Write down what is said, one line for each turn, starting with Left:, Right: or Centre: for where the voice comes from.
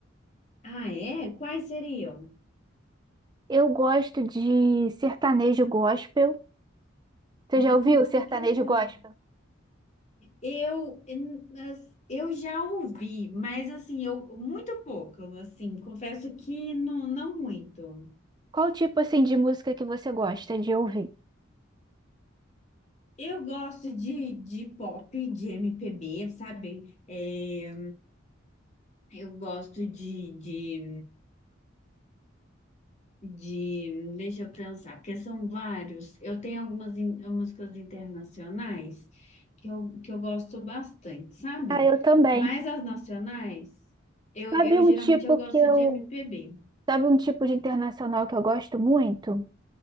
Left: Ah, é? Quais seriam?
Right: Eu gosto de sertanejo gospel. Você
Left: Ah,
Right: já ouviu sertanejo
Left: que legal.
Right: gospel?
Left: Eu, em- as- eu já ouvi, mas assim, eu muito pouco, assim, confesso que não, não muito.
Right: Qual tipo assim de música que você gosta de ouvir?
Left: Eu gosto de, de pop, de MPB, sabe? É, eu gosto de, de de, deixa eu pensar, porque são vários. Eu tenho algumas in- músicas internacionais que eu, que eu gosto bastante, sabe?
Right: Ah, eu também.
Left: Mas as nacionais, eu,
Right: Sabe
Left: eu
Right: um
Left: geralmente
Right: tipo
Left: eu gosto
Right: que eu
Left: de MPB.
Right: Sabe um tipo de internacional que eu gosto muito?